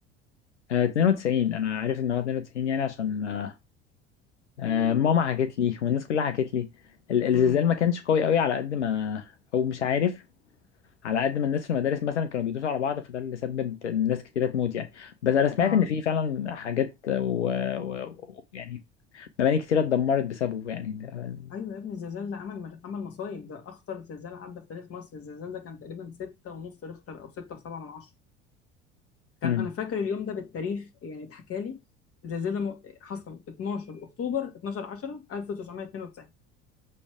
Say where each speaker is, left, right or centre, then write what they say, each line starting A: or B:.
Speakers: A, on the left; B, on the left.
A: آه 92 أنا عارف إن هو 92 يعني عشان آه آه، ماما حكت لي والناس كلها حكت لي ال- الزلزال
B: امم
A: ما كانش قوي قوي على قد ما أو مش عارف على قد ما الناس في المدارس مثلا كانوا بيدوسوا على بعض فده اللي سبب إن ناس كتيرة تموت يعني بس أنا سمعت
B: اه
A: إن في فعلا حاجات ويعني مباني كتيرة اتدمرت بسببه يعني ده-
B: ايوه يا ابني الزلزال ده عمل مش... عمل مصايب ده اخطر زلزال عدى في تاريخ مصر الزلزال ده كان تقريبا ستة ونص ريختر او ستة وسبعة من عشرة كان
A: مم،
B: انا فاكر اليوم ده بالتاريخ يعني اتحكى لي الزلزال ده م... حصل 12 اكتوبر 12 10 1992